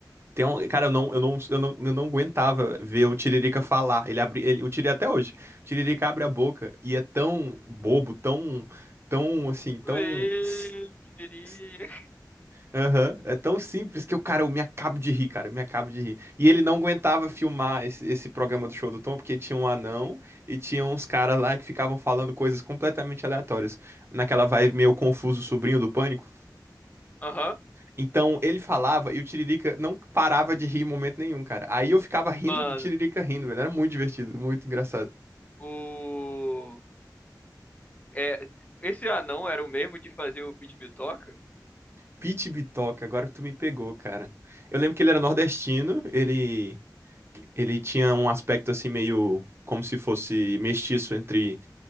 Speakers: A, on the right (about 35°); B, on the left (about 20°).
A: Tem um, cara, eu não, eu não, eu não, eu não aguentava ver o Tiririca falar. Ele abre, ele, o Tiririca até hoje. O Tiririca abre a boca e é tão bobo, tão, tão assim, tão
B: Oi,
A: s-
B: que diria.
A: s- Aham, é tão simples que o cara, eu me acabo de rir, cara, eu me acabo de rir. E ele não aguentava filmar esse, esse programa do Show do Tom, porque tinha um anão e tinha uns caras lá que ficavam falando coisas completamente aleatórias. Naquela vibe meio confuso, sobrinho do pânico.
B: Aham.
A: Então ele falava e o Tiririca não parava de rir em momento nenhum, cara. Aí eu ficava rindo
B: Mano,
A: do Tiririca rindo, velho. Era muito divertido, muito engraçado.
B: o. É, esse anão era o mesmo de fazer o Pit Bitoca?
A: Pete Bitoca, agora que tu me pegou, cara. Eu lembro que ele era nordestino, ele ele tinha um aspecto assim meio como se fosse mestiço entre